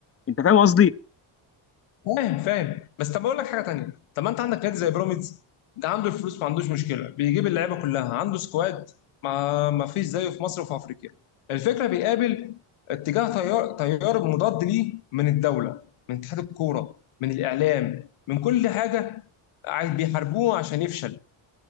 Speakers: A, on the left (about 30°); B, on the left (about 85°).
A: انت فاهم قصدي
B: فاهم فاهم بس طب اقول لك حاجه تانيه طب ما انت عندك نادي زي بيراميدز ده عنده الفلوس ما عندوش مشكله بيجيب اللعيبه كلها عنده سكواد ما ما فيش زيه في مصر وفي افريقيا الفكره بيقابل اتجاه تيار تيار مضاد ليه من الدوله من اتحاد الكوره من الاعلام من كل حاجه عايز- بيحاربوه عشان يفشل